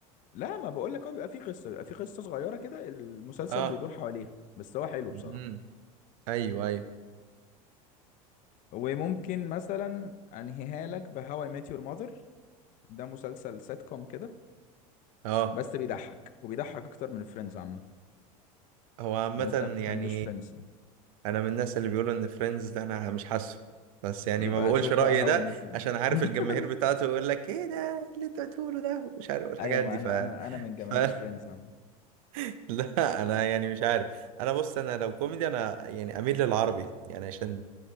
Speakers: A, on the left (about 45°); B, on the right (about 75°).
A: لا ما بقول لك هو بيبقى فيه قصه بيبقى فيه قصه صغيره كده المسلسل
B: اه
A: بيدور حواليها بس هو حلو بصراحه
B: امم ايوه ايوه
A: وممكن مثلا انهيها لك بهاو اي ميت يور ماذر ده مسلسل سيت كوم كده
B: اه
A: بس بيضحك وبيضحك اكتر من فريندز عامه
B: هو عامة
A: لو انت ما بتحبش
B: يعني
A: فريندز
B: انا من الناس اللي بيقولوا ان فريندز ده انا مش حاسه بس يعني
A: يبقى
B: ما بقولش
A: شوف
B: رأيي
A: بقى هاو
B: ده
A: اي ميت يور
B: عشان عارف
A: <laughs>
B: الجماهير بتاعته يقول لك ايه ده إيه اللي انت بتقوله ده مش عارف الحاجات
A: ايوه ما
B: دي
A: انا
B: ف,
A: انا انا من جماهير
B: ف...
A: فريندز عامه
B: <laughs> لا انا يعني مش عارف انا بص انا لو كوميدي انا يعني اميل للعربي يعني عشان